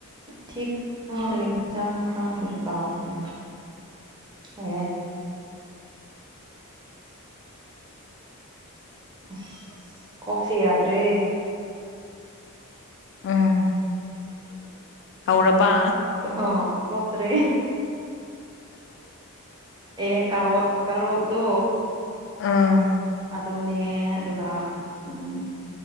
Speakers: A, on the right (about 20°); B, on the left (about 55°).
A: ꯊꯤꯛ <inaudible> ꯔꯤ ꯏꯟꯁꯥꯡꯅꯣ ꯈꯪꯗꯔꯦ ꯀꯥꯎꯈ꯭ꯔꯦ ꯑꯦ ꯑꯁ ꯀꯣꯛꯁꯦ ꯌꯥꯗ꯭ꯔꯦ
B: ꯎꯝ ꯍꯧꯔꯕ
A: ꯍꯣ ꯊꯣꯛꯇ꯭ꯔꯦ ꯑꯦ ꯀꯥꯔꯣꯠ ꯀꯥꯔꯣꯠꯗꯣ
B: ꯑꯥ
A: ꯑꯗꯨꯅꯦ ꯑꯗꯨꯒ ꯎꯝ